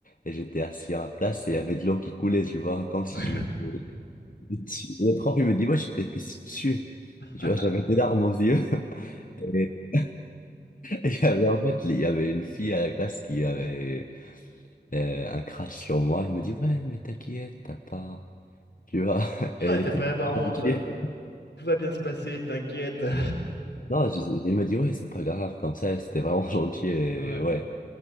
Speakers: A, on the left (about 50°); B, on the left (about 80°).
A: et j'étais assis à ma place et il y avait de l'eau qui coulait, tu vois, comme si
B: Ouais.
A: je m'étais tu- Le prof, il me dit, moi, j'étais destitué.
B: <laughs>
A: Tu vois, j'avais des larmes aux yeux. <laughs> Et, et il y avait, en fait, il y avait une fille à la classe qui avait euh, un crush sur moi. Elle me dit, ouais, mais t'inquiète, t'as pas, tu vois, <laughs> et
B: Ouais, t'as
A: t'es
B: pas
A: pas
B: à avoir honte.
A: gentil.
B: Tout va bien se passer, t'inquiète. <laughs>
A: Non, je- je- il me dit, ouais, c'est pas grave, comme ça, c'était vraiment <laughs> gentil. Et
B: Ouais.
A: ouais,